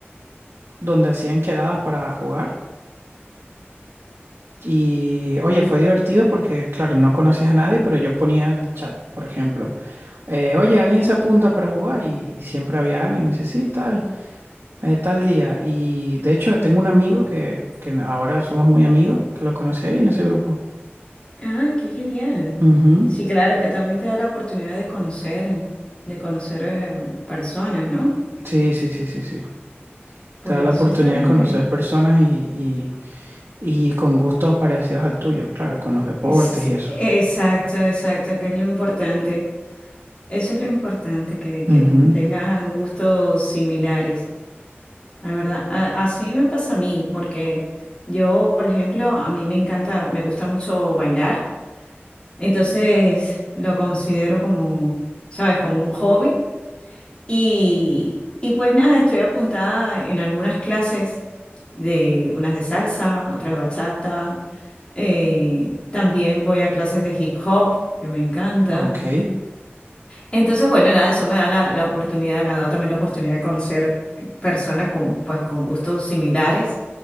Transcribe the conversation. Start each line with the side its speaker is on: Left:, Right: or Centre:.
Right: donde hacían quedadas para jugar y, oye, fue divertido porque, claro, no conocías a nadie, pero yo ponía en el chat, por ejemplo, eh, oye, alguien se apunta para jugar y, y siempre había alguien, me dice, sí, tal. eh, tal día. Y de hecho tengo un amigo que, que ahora somos muy amigos, que lo conocí ahí en ese grupo.
Left: Ah, qué genial.
Right: Ujú.
Left: Sí, claro, es que también te da la oportunidad de conocer, de conocer eh, personas, ¿no?
Right: Sí, sí, sí, sí, sí.
Left: Pues
Right: Te da la oportunidad
Left: eso está muy
Right: de conocer
Left: bien.
Right: personas y, y, y con gustos parecidos al tuyo, claro, con los deportes
Left: Sí, sí,
Right: y eso.
Left: exacto, exacto, que es lo importante. Eso es lo importante, que, que
Right: Ujú.
Left: tengan gustos similares. La verdad, a- así me pasa a mí, porque yo, por ejemplo, a mí me encanta, me gusta mucho bailar, entonces lo considero como, ¿sabes? Como un hobby. Y, y pues nada, estoy apuntada en algunas clases de unas de salsa, otras de bachata. eh, también voy a clases de hip hop, que me encanta.
Right: Ok,
Left: Entonces, bueno, nada, eso me da la, la oportunidad, me ha dado también la oportunidad de conocer personas con, pues, con gustos similares.